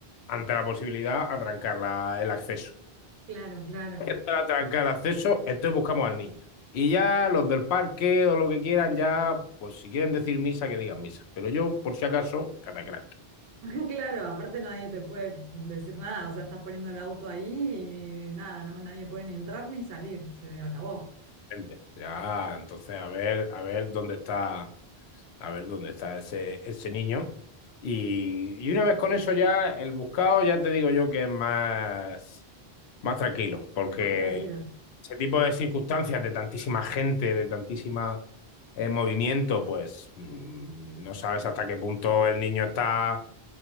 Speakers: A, on the left (about 85°); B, on the right (about 65°).
A: ante la posibilidad, atrancar la- el acceso.
B: claro, claro.
A: Que Para atrancar el acceso, entonces buscamos al niño. Y ya los del parque o lo que quieran, ya, pues si quieren decir misa, que digan misa. Pero yo, por si acaso, catacrán.
B: <laughs> Claro, aparte nadie te puede decir nada, o sea, estás poniendo el auto ahí y nada, no, nadie puede ni entrar ni salir, se acabó.
A: Gente. Ya, entonces a ver, a ver dónde está, a ver dónde está ese, ese niño. Y, y una vez con eso ya, el buscado, ya te digo yo que es más, más tranquilo, porque
B: Más tranquilo.
A: ese tipo de circunstancias de tantísima gente, de tantísima eh, movimiento, pues mm, no sabes hasta qué punto el niño está